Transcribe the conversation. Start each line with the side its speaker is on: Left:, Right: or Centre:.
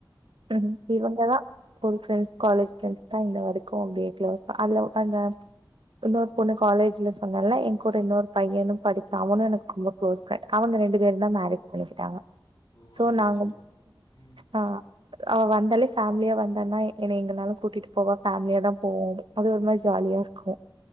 Right: ம் இவங்கதா ஸ்கூல் ஃப்ரெண்ட்ஸ் காலேஜ் ஃப்ரெண்ட்ஸ்தா இன்ன வரைக்கு அப்டியே க்ளோஸ் அவ்ளோ அந்த இன்னொரு பொண்ணு காலேஜ்ல சொன்னேல ஏ கூட இன்னொரு பையனு படிச்சா அவனு எனக்கு க்ளோ குளோஸ் ஃப்ரெண்ட் அவுங்க ரெண்டு பேருந்தா மேரேஜ் பண்ணிக்கிட்டாங்க
Left: ஓ!
Right: ஸோ
Left: சூப்பர்,
Right: நாங்க
Left: சூப்பர். ம்.
Right: ஆ அவ வந்தாலே ஃபேமிலியா வந்தான்னா என்ன எங்கனாலு கூட்டிட்டு போவா ஃபேமிலியாதா போவோ அது ஒரு மாரி ஜாலியா இருக்கு